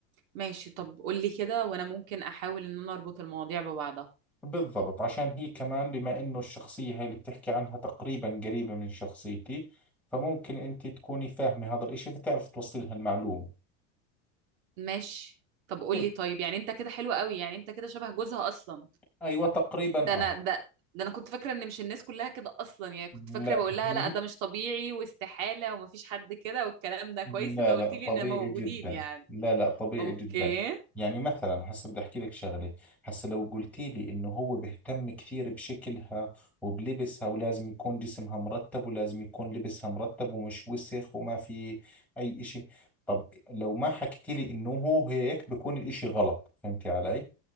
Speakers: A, on the right; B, in the centre.
A: ماشي طب قولي كده وانا ممكن احاول ان انا اربط المواضيع ببعضها
B: بالضبط عشان هي كمان بما انه الشخصية هاي اللي بتحكي عنها تقريبا قريبة من شخصيتي فممكن انت تكوني فاهمة هذا الاشي فتعرف توصلي لها المعلومة
A: ماشي طب قول
B: حلو.
A: لي طيب يعني انت كده حلو قوي يعني انت كده شبه جوزها اصلا
B: ايوه تقريبا
A: ده انا
B: اه
A: ده ده انا كنت فاكره ان مش الناس كلها كده اصلا يعني كنت
B: لا
A: فاكره بقول
B: قديم
A: لها لا ده مش طبيعي واستحاله ومفيش حد كده والكلام ده كويس
B: لا
A: ان قلت
B: لا
A: لي
B: طبيعي
A: ان موجودين
B: جدا
A: يعني
B: لا لا طبيعي
A: اوكي
B: جدا يعني مثلا هسه بدي احكي لك شغله هسه لو قلتي لي انه هو بيهتم كثير بشكلها وبلبسها ولازم يكون جسمها مرتب ولازم يكون لبسها مرتب ومش وسخ وما في اي اشي طب لو ما حكيتي لي انه هو هيك بكون الاشي غلط فهمتي علي